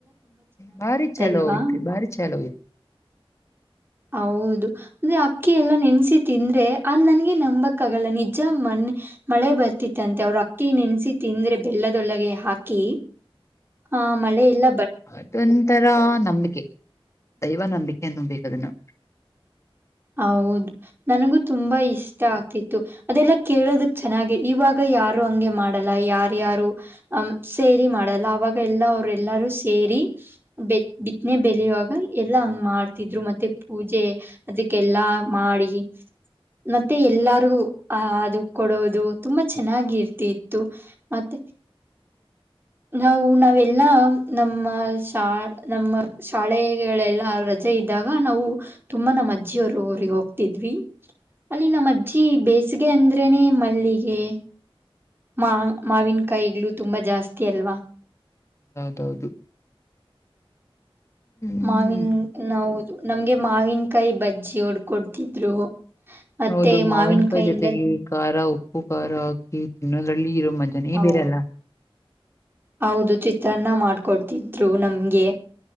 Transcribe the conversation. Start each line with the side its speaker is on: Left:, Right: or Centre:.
Left: ಬಾರಿ ಚಲೋ
Right: ಅಲ್ವಾ
Left: ಆಯ್ತು ಭಾರಿ ಚಲೋ ಅಯ್ತೆ.
Right: ಹೌದು ಅಂದ್ರೆ ಅಕ್ಕಿ ಎಲ್ಲಾ ನೆನ್ಸಿ ತಿಂದ್ರೆ ಅದ್ ನನ್ಗೆ ನಂಬಕ್ಕ ಆಗಲ್ಲ ನಿಜ ಮಳೆ. ಮಳೆ ಬರ್ತಿತ್ತಂತೆ ಅವ್ರ ಅಕ್ಕಿ ನೆನ್ಸಿ ತಿಂದ್ರೆ ಬೆಲ್ಲದೊಳಗೆ ಹಾಕಿ ಹಾ ಮಳೆ ಇಲ್ಲ
Left: ಅದೊಂತರ ನಂಬಿಕೆ. ದೈವ ನಂಬಿಕೆನ್ನು ಬೇಕದನ್ನು
Right: ಹೌದು ನನಗೂ ತುಂಬಾ ಇಷ್ಟ. ಅದೆಲ್ಲಾ ಕೇಳೋದಕ್ ಚೆನ್ನಾಗಿ ಇವಾಗ ಯಾರು ಹಂಗೆ ಮಾಡಲ್ಲ ಯಾರ್ಯಾರು. ಅ್ ಸೇರಿ ಮಾಡಲ್ಲ ಅವಾಗ ಎಲ್ಲ ಅವರು ಎಲ್ಲಾರೂ ಸೇರಿ ಬೆ ಬಿತ್ತನೆ ಬೆಲೆಯುವಾಗ ಎಲ್ಲಾ ಹಂಗ ಮಾಡ್ತಿದ್ರು ಮತ್ತೆ ಪೂಜೆ ಅದಕ್ಕೆ ಕ್ಕೆ ಎಲ್ಲಾ ಮಾಡಿ ಮತ್ತೆ ಎಲ್ಲರಿಗು ಅ ಅದು ಕೊಡೋದು ತುಂಬಾ ಚೆನ್ನಾಗಿರ್ತಿ ಇತ್ತು ಮತ್ತೆ ನಾವು ನಾವೆಲ್ಲಾ ನಮ್ಮ ಶಾ ನಮ್ಮ ಶಾಲೆಗಳೆಲ್ಲಾ ರಜೆ ಇದ್ದಾಗ ನಾವು ತುಂಬಾ ನಮ್ಮ ಅಜ್ಜಿಯವರು ಊರಿಗೆ ಹೋಗ್ತಿದ್ವಿ ಅಲ್ಲಿ ನಮ್ಮ ಅಜ್ಜಿ ಬೇಸಿಗೆ ಅಂದ್ರೇನೆ ಮಲ್ಲಿಗೆ ಮಾ ಮಾವಿನ ಕಾಯಿಗ್ಗಳು ತುಂಬಾ ಜಾಸ್ತಿ ಅಲ್ವಾ
Left: ಹೌದೌದು ಹ್ಮ್
Right: ಮಾವಿನ್ ನವದು ನಮ್ಗೆ ಮಾವಿನಕಾಯಿ ಬಜ್ಜಿ ಹೊಡ್ಕೊಡ್ತಿದ್ರು ಮತ್ತೆ
Left: ಹೌದು ಮಾವಿನಕಾಯಿ
Right: ಮಾವಿನಕಾಯಿಂದ
Left: ಜೊತೆಗೆ ಖಾರ ಉಪ್ಪು ಖಾರ ಹಾಕಿ ತಿನ್ನೋದ್ರಲ್ಲಿ ಇರೋ ಮಂ ನೀ
Right: ಹೌದು
Left: ಬೇರೆಲ್ಲ
Right: ಹೌದು ಚಿತ್ರಾನ್ನ ಮಾಡ್ಕೊಡ್ತಿದ್ರು ನಮ್ಗೆ